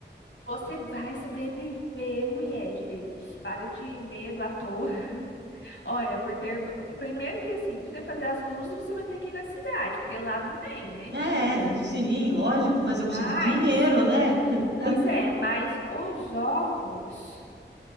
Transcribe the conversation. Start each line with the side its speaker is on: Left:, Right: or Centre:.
Left: você vai sobreviver, mulher de Deus. Para de medo à toa. <laughs> Olha, porque primeiro que assim, pra você fazer as luzes, você vai ter que ir na cidade, porque lá não tem, né?
Right: É,
Left: Isso.
Right: sim, lógico, mas eu preciso
Left: Mas,
Right: de dinheiro, né? <laughs>
Left: pois é, mas os ovos.